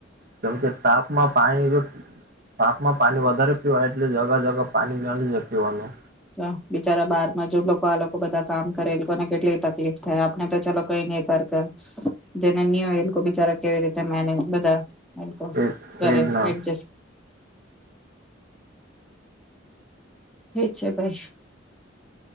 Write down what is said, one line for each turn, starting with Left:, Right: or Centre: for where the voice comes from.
Right: કેમ કે તાપમાં પાણી તાપમાં પાણી વધારે પીવાય એટલે જગા જગા પાણી નળી જાય પીવાનું.
Centre: ત બિચારા બારમાં જો લોકો આ લોકો બધા કામ કરે એ લોકોને કેટલી તકલીફ થાય આપણે તો ચાલ કઈ ન કર જેને ની હોય એ લોકો બિચારા કેવી રીતે મેને બધા. <unintelligible>
Right: એ
Centre: કરે
Right: એજ ના
Centre: એડજેસ્ટ છે. છ કાય